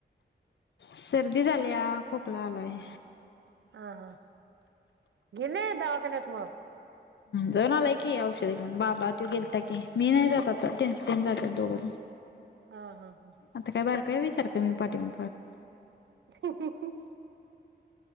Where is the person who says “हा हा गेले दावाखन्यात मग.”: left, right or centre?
Right